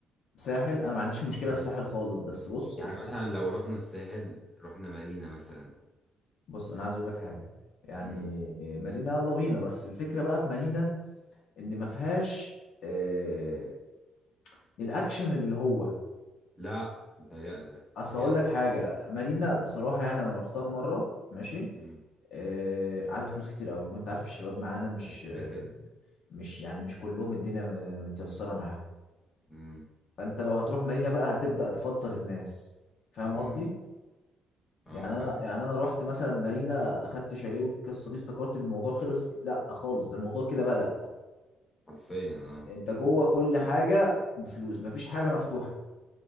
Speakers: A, on the left (about 70°); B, on the left (about 20°).
A: ساحل انا ما عنديش مشكله
B: فاهم
A: في ساحل خالص بس بص
B: يعني
A: الساحل
B: مثلا لو رحنا الساحل رحنا مارينا مثلا
A: بص انا عايز اقول لك حاجه يعني
B: امم
A: مارينا يلا بينا بس الفكره بقى في مارينا ان ما فيهاش آه الاكشن اللي هو
B: لا متهيألك
A: اصل
B: متهيألك
A: هقول لك حاجه مارينا صراحه يعني انا رحتها مره ماشي
B: مم.
A: آه عايزه فلوس كتير قوي وانت عارف الشباب معانا مش
B: ده كده كده
A: مش يعني مش كلهم الدنيا م- متيسره معاهم
B: مم.
A: فانت لو هتروح مارينا بقى هتبدا تفلتر الناس فاهم
B: مم.
A: قصدي
B: اه
A: يعني انا
B: فاهم
A: يعني انا رحت مثلا مارينا خدت شاليه والقصه دي افتكرت ان الموضوع خلص لا خالص ده الموضوع كده بدأ
B: حرفيا اه
A: انت جوه كل حاجه بفلوس مفيش حاجه مفتوحه